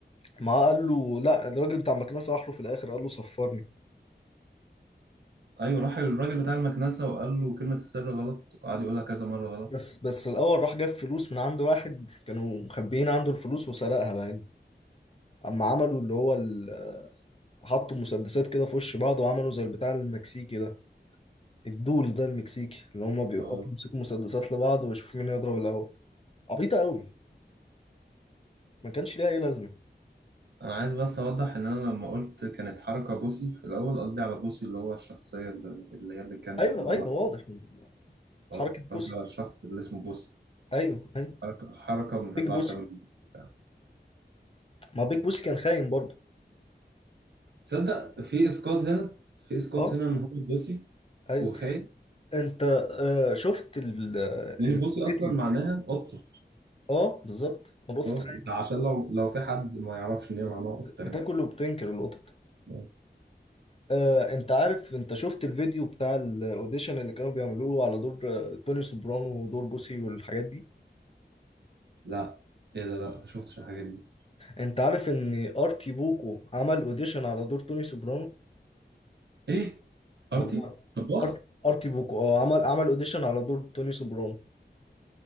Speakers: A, on the left; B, on the right.
A: ما قال له لا الراجل بتاع المكنسة راح له في الآخر قال له صفرني
B: ايوه راح للراجل بتاع المكنسة وقال له كلمة السر غلط وقعد يقولها كذا مرة غلط
A: بس بس الأول راح جاب فلوس من عند واحد كانوا مخبيين عنده الفلوس وسرقها بقى يعني. أما عملوا اللي هو ال... حطوا مسدسات كده في وش بعض وعملوا زي البتاع المكسيكي ده الدول ده المكسيكي اللي هما بيوقفوا
B: اه
A: يمسكوا مسدسات لبعض ويشوفوا مين هيضرب الأول عبيطة قوي ما كانش ليها أي لازمة
B: انا عايز بس اوضح ان انا لما قلت كانت حركة بوسي في الاول قصدي على بوسي اللي هو الشخصية اللي اللي هي اللي كانت
A: أيوه
B: اللي هم
A: أيوه واضح من
B: اه
A: حركة
B: قصدي
A: بوسي
B: على الشخص اللي اسمه بوس
A: أيوه أيوه
B: حركة حركة ما تطلعش
A: بيج بوسي
B: على البتاع.
A: ما بيج بوسي كان خاين برضه
B: تصدق في اسقاط هنا في اسقاط
A: أه
B: هنا ان هو بوسي
A: أيوه
B: وخاين
A: أنت آه شفت ال...
B: لان
A: الفيديو
B: بوسي اصلا معناها قطة
A: أه بالظبط القطط
B: اه
A: خاينة
B: ده عشان لو لو في حد ما يعرفش ان هي معناها قطة
A: بتاكل
B: يعني
A: وبتنكر القطط
B: آه.
A: آه، انت عارف انت شفت الفيديو بتاع الاوديشن اللي كانوا بيعملوه على دور آه، توني سوبرانو ودور بوسي والحاجات دي
B: لا ايه ده لا ما شفتش الحاجات دي
A: انت عارف ان ارتي بوكو عمل اوديشن على دور توني سوبرانو
B: ايه ارتي
A: والله
B: طباخ
A: ارتي ارتي بوكو اه عمل عمل اوديشن على دور توني سوبرانو